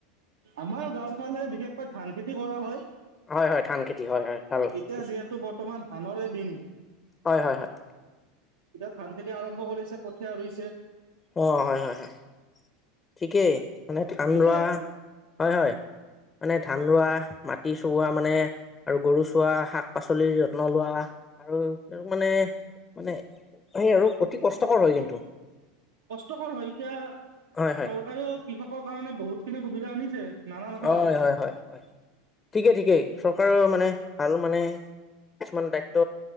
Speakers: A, on the right (about 85°); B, on the left (about 20°).
A: আমাৰ গাওঁ ফালে বিশেষকৈ ধান খেতি কৰা হয়।
B: হয় হয় ধান খেতি হয় হয়। ভাল
A: এতিয়া
B: ঠিক
A: যিহেতু বৰ্তমান ধানৰে দিন।
B: হয় হয় হয়
A: এতিয়া ধান খেতি। এতিয়া আৰম্ভ কৰিছে কঠিয়া ৰুইছে।
B: অ হয় হয় হয়। ঠিকেই মানে ধান
A: সেইটোয়ে
B: ৰোৱা। হয় হয়। মানে ধান ৰোৱা মাটি চোৱা মানে আৰু গৰু চোৱা শাক পাচলিৰ যত্ন লোৱা আৰু মানে মানে সেই আৰু অতি কষ্টকৰ হয় কিন্তু।
A: কষ্টকৰ হয় এতিয়া
B: হয় হয়
A: চৰকাৰেও কৃষকৰ কাৰণে বহুত খিনি সুবিধা ধা আনিছে। নানা নহয়
B: হয়, হয় হয়- হয় ঠিকেই ঠিকেই। চৰকাৰেও মানে ভাল মানে কিছুমান দায়িত্ব